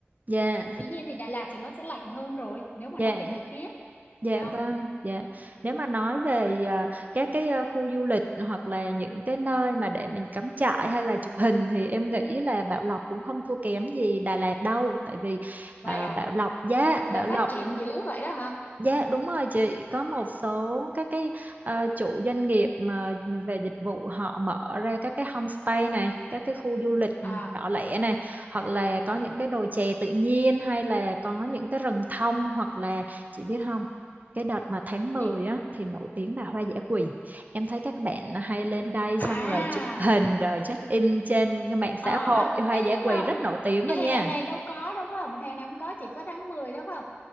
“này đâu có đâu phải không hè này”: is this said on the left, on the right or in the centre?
Left